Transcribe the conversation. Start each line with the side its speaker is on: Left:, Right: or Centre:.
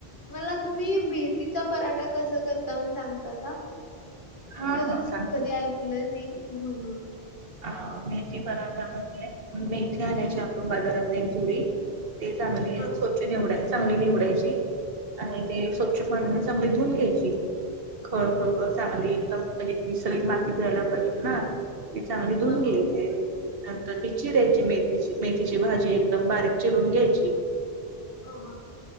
Left: मला तुम्ही मेथीचा पराठा कस करता म सांगता का?
Right: हा
Left: मी
Right: हा
Left: कध-कधी
Right: सांग
Left: ऐकलं नाही म्हणून.
Right: अ मेथी पराठा म्हणजे मेथी आणायची आपण बाजारात <unintelligible> ते चांगली
Left: हां,
Right: चूर चांगली निवडायांची आणि ते स्वच्छ पाणाने चांगली धुून घ्यायची. खळ, खळ, खळ, चांगली एकदम म्हणजे ति सगळी माती जायला पाहिजे ना. ती चांगली धुून
Left: हां, हां.
Right: घ्यायचीय नंतर ति चीरायची मे थीची मेथीची भाजी एकदम बारीक चिरून घ्यायची.
Left: हां, हां.